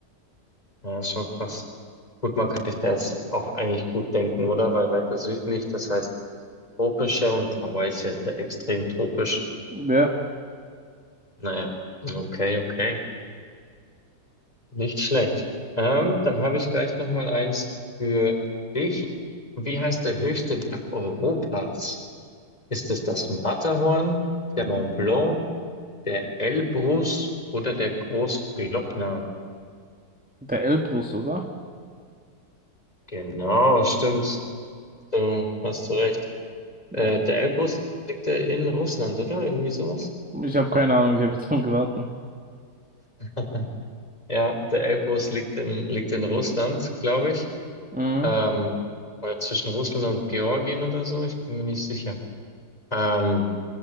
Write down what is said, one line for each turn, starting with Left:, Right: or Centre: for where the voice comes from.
Left: Ja, ist schon krass. Gut, man kann sich das auch eigentlich gut denken, oder? Weil weiter südlich, das heißt tropischer und Hawaii ist ja sehr extrem tropisch.
Centre: Der,
Left: Naja, okay, okay. Nicht schlecht. Ähm, dann habe ich gleich noch mal eins für dich. Wie heißt der höchste Berg Europas? Ist es das Matterhorn, der Mont Blanc, der Elbrus oder der Großglockner?
Centre: der Elbrus, oder?
Left: Genau, stimmt. Du hast du recht.
Centre: Ja.
Left: Äh, der Elbrus liegt ja in Russland, oder? Irgendwie sowas?
Centre: Ich habe keine Ahnung, ich habe jetzt nur geraten.
Left: <laughs> Ja, der Elbrus liegt in, liegt in Russland, glaube ich.
Centre: Mhm,
Left: Ähm, oder zwischen Russland und Georgien oder so, ich bin mir nicht sicher. Ähm,